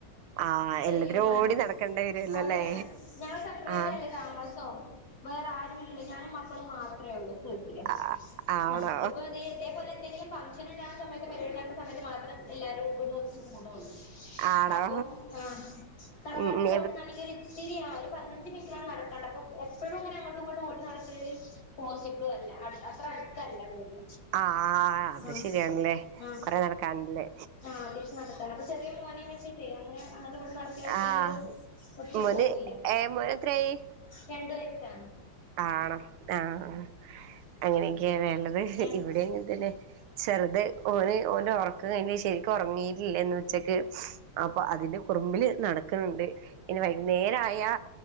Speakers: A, on the right; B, on the left.
A: ആഹ്
B: ചെയ്യും
A: എല്ലാത്തിനും
B: വേണം
A: ഓടി നടക്കേണ്ടി വരുവല്ലോ
B: ഓടി
A: അല്ലേ
B: വേണം ഞാൻ സപ്പ്റേറ്റല്ലെ
A: ആഹ്
B: താമസം വേറെ ആരുംല്ലല്ലോ ഞാനും മ ക്കളും മാത്രേ ഒള്ളൂ വീട്ട്ല്
A: ആഹ് ആണോ
B: അഹ് ഇപ്പതേ ഇതേ പോലെ എന്തെങ്കിലും ഫംഗ്ഷന്ണ്ടാവ്ന്ന സമയത്ത് പെര്ന്നാൾൻ്റെ സമയത്ത് മാത്രം എല്ലാരും ഒന്ന് ഒത്ത് കൂടൊള്ളൂ
A: ആണോ
B: അപ്പം ആഹ് തറവാട്ട്ൻ്റെ
A: ഉം എവിടെ
B: അവ്ട്ന്നാണെങ്കില് ഇ ച്ചിരി ആഹ് ഒര് പതിനഞ്ച് മിൻറ്റോളം നടക്കാണ്ട് അപ്പം എപ്പഴുംങ്ങെനെ അങ്ങട്ടും ഇങ്ങെട്ടും ഓടി നടക്കല് <unintelligible> പോസിബ്ളും അല്ല അത് അത്ര അട്ത്തല്ലാ വീട്
A: ആഹ് അത്
B: ആ
A: ശെരിയാണ്ല്ലേ
B: ആ
A: കൊറേ നടക്കാന്ണ്ട്ലേ
B: ആഹ് അത്യാവശം നടക്കാണ്ട് അപ്പം ചെറിയ മോനേം വെച്ച്ട്ടെ അങ്ങെനെ അങ്ങട്ടും ഇങ്ങെട്ടും നട അത്രങ്ങട്ട്
A: ആഹ്
B: ഒത്തു
A: മോന്
B: പോവൂ ല്ല
A: ഏ മോന് എത്രയായി
B: രണ്ട് വയസ്സാ
A: ആണോ ആഹ് ആഹ് അങ്ങെനെയൊക്ക്യാലേ ള്ളെത്
B: ഉം
A: ഇവെടേം ഇങ്ങൻതന്നെ ചെർത് ഓന് ഓൻ്റെ ഒർക്ക് കയ്ഞ്ഞ് ശരിക്ക് ഒറങ്ങീട്ടില്ലെന്ന് ഉച്ചക്ക് അപ്പൊ അതിന്റെ കുറുമ്പില് നടക്ക്ണ്‌ണ്ട് ഇനി വൈക്ന്നേരായാ